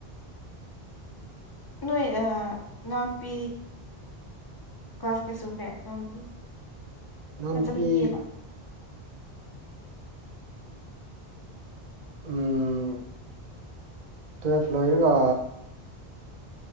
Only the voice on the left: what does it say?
ꯅꯣꯏ ꯑꯥ ꯅꯥꯝꯄꯤ ꯀ꯭ꯂꯥꯁ ꯀꯌꯥ ꯁꯨꯈ꯭ꯔꯦ ꯢꯅꯥꯎꯄꯤ
ꯅꯆꯥꯟ ꯅꯨꯄꯤꯌꯦꯕ